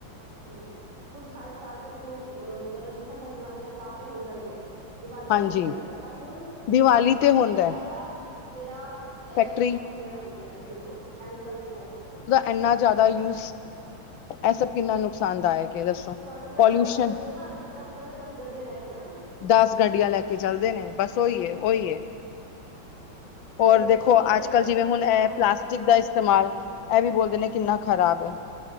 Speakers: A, on the right; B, on the left.
A: ਹੂੰ, ਕੁਛ ਹਰ ਸਾਲ ਤੇ ਸਮੋਕ ਅ ਜਦੋਂ ਅਸੀਂ ਫਸਲ ਜਲਾਂਦੇ ਆ ਤਾਂ ਤੇ ਹੁੰਦਾ ਹੀ ਐ। ਦੀਵਾਲੀ ਤੇ
B: ਹਾਂਜੀ
A: ਹੁੰਦਾ ਹੀ ਏ, ਪਰ ਹੁਨ
B: ਦੀਵਾਲੀ
A: ਐਕਸਟਰਾ ਸਮੋਕ
B: ਤੇ ਹੁੰਦਾ
A: ਐ ਹੈਗਾ। ਜੇੜਾ ਇਹ
B: ਫੈਕਟਰੀ
A: ਫੈਕਟਰੀਆਂ ਬਨਦੀਆਂ ਨੇ ਬਿਲਕੁਲ ਕੈਮੀਕਲ ਸਮੋਕ।
B: ਐਨਾ ਜਾਦਾ ਯੂਜ ਐ ਸਭ ਕਿੰਨਾ ਨੁਕਸਾਨਦਾਇਕ ਹੈ ਦੱਸੋ
A: ਘਰ ਵਿੱਚ
B: ਪੋਲਿਊਸ਼ਨ
A: ਅਗਰ ਦਸ ਬੰਦੇ ਨੇ ਨਾ, ਤੇ ਦਸ ਬੰਦੇ ਦਸ ਗੱਡੀਆਂ ਲੈ ਕੇ ਜਾਨਗੇ।
B: ਦਸ ਗੱਡੀਆਂ ਲੈ ਕੇ ਚਲਦੇ ਨੇ, ਬਸ ਓਈ ਏ ਓਈ ਏ।
A: ਮਤਲਬ
B: ਹੋਰ ਦੇਖੋ
A: ਉਹ ਸ਼ੇਅਰਿੰਗ
B: ਅੱਜ-ਕੱਲ
A: ਨਹੀਂ ਕਰਨੀ
B: ਜਿਵੇਂ ਹੁਨ ਐ ਜਿਵੇਂ
A: ਆਪਣੀ
B: ਪਲਾਸਟਿਕ
A: ਪ੍ਰਾਈਵੇਸੀ
B: ਦਾ ਇਸਤੇਮਾਲ ਏ ਵੀ ਬੋਲਦੇ ਨੇ ਕਿੰਨਾ ਖ਼ਰਾਬ ਏ।